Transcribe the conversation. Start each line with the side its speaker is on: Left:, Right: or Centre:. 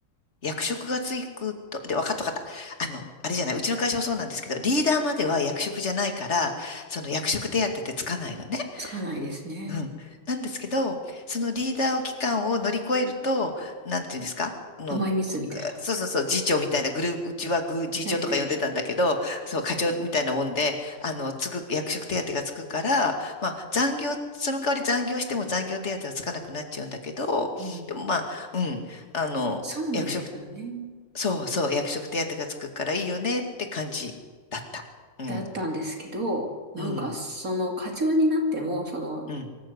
Left: 役職がつくと、で、わかったわかった。あの、あれじゃない、うちの会社もそうなんですけど、リーダーまでは役職じゃないから、その役職手当ってつかないのね。
Right: つかないですね。
Left: うん。なんですけど、そのリーダー期間を乗り越えると、なんていうんですかあの、
Right: 甘い蜜みたい
Left: がそうそうそう、次長みたいなグループ、うちはグー、次長とか呼んでたんだけど、
Right: な。はいはい。
Left: そう、課長みたいなもんで、あの、つく、役職手当がつくから、まあ、残業、その代わり残業しても残業手当はつかなくなっちゃうんだけど、
Right: うん。
Left: でもまあ、うん、あの、
Right: そうなんですよね。
Left: 役職そうそう、役職手当がつくからいいよねって感じだった。うん、
Right: だったんですけど、なんかその課長になっても、
Left: うん、
Right: その
Left: うん。